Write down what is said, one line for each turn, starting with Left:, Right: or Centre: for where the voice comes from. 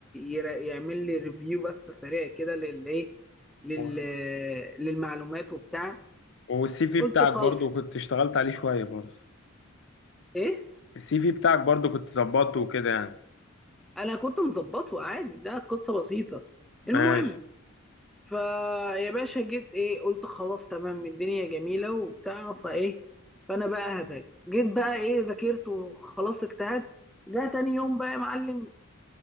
Centre: يرا- يعمل لي ريفيو بس سريع كده للإيه لل...
Left: و-
Centre: للمعلومات وبتاع
Left: والسي في
Centre: قلت
Left: بتاعك
Centre: خلاص
Left: برضو كنت اشتغلت عليه شويه برضو
Centre: ايه
Left: السي في بتاعك برضو كنت ظبطته وكده يعني
Centre: انا كنت مظبطه عادي ده قصه بسيطه المهم
Left: ماشي
Centre: فيا باشا جيت ايه قلت خلاص تمام الدنيا جميله وبتاع فايه فانا بقى هذاكر جيت بقى ايه ذاكرت وخلاص اجتهدت ده تاني يوم بقى يا معلم